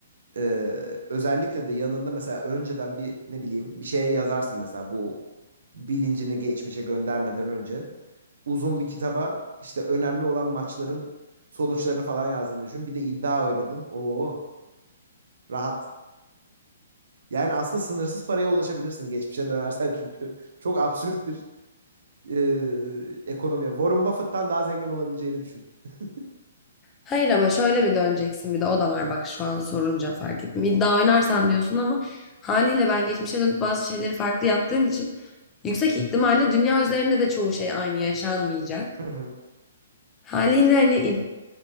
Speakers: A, on the right (about 75°); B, on the left (about 20°).
A: Ee, özellikle de yanında mesela önceden bir ne bileyim bir şeye yazarsın mesela bu bilincini geçmişe göndermeden önce uzun bir kitaba işte önemli olan maçların sonuçlarını falan yazdığını düşün. Bir de iddia oynadın. Oo rahat. Yani aslında sınırsız paraya ulaşabilirsin geçmişe dönersen <laughs> çünkü çok absürt bir e, ekonomi. Warren Buffett'tan daha zengin olabileceğini düşün. <laughs>
B: Hayır ama şöyle bir döneceksin bir de o da var bak şu an sorunca fark ettim. İddia oynarsan diyorsun ama haliyle ben geçmişe dönüp bazı şeyleri farklı yaptığım için yüksek ihtimalle dünya üzerinde de çoğu şey aynı yaşanmayacak.
A: Hı hı,
B: Haliyle hani id-